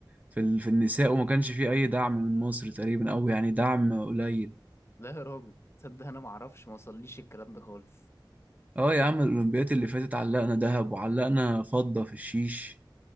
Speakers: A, on the right; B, on the left.
A: في, ال- في النساء وما كانش فيه أي دعم من مصر تقريبا أو يعني دعم قليل
B: لا يا راجل تصدق أنا معرفش موصليش الكلام ده خالص
A: اه يا عم الأولمبياد اللي فاتت علقنا ذهب وعلقنا فضة في الشيش